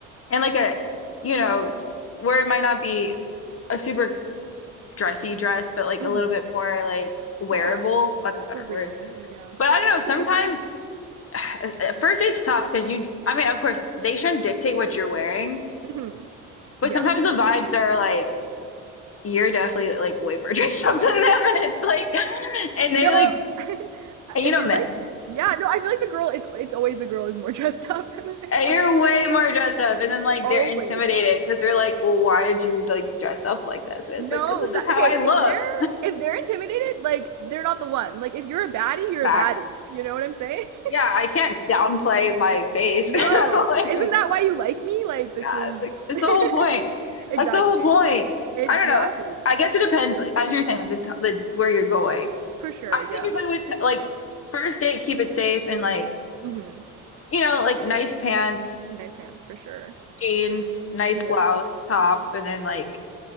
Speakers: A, on the left; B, on the right.
A: and like a you know, s- where it might not be a super dressy dress, but like
B: hmm
A: a little bit more like wearable.
B: Yeah,
A: That's a better
B: for real.
A: word
B: Yeah.
A: But I don't know, sometimes
B: <laughs>
A: <sighs> at first it's tough because you, I mean, of course, they shouldn't dictate what you're wearing,
B: Mhm.
A: but
B: Yeah,
A: sometimes
B: of course.
A: the vibes are like, you're definitely like way more <laughs> dressed up than them.
B: Yeah.
A: And it's like, and
B: No,
A: they like,
B: <laughs> I
A: and you know,
B: feel
A: men,
B: like yeah, no, I feel like the girl it's it's always the girl is more <laughs> dressed up than the
A: and
B: guy.
A: you're way more dressed up. And then like
B: Always,
A: they're intimidated
B: yeah.
A: because they're like, well, why did you like dress up like this? And it's
B: No,
A: like, 'cause this
B: that
A: is how
B: okay,
A: I look.
B: if they're if they're intimidated, like they're not the one. Like if you're a baddie, you're
A: Facts.
B: a baddie. You know what I'm saying? <laughs>
A: Yeah, I can't downplay my face.
B: No.
A: <laughs> Like,
B: Isn't that why you like me? Like this
A: uh,
B: is
A: Like
B: <laughs>
A: that's the whole point.
B: exactly.
A: That's the whole point.
B: Exactly.
A: I don't know. I guess it depends, like, as you're saying, like the, t the where you're going.
B: For sure,
A: I
B: yeah.
A: typically would t like first date, keep it safe and like
B: hmm
A: you know, like nice pants,
B: Nice pants for sure.
A: jeans, nice
B: Yeah.
A: blouse, top, and then like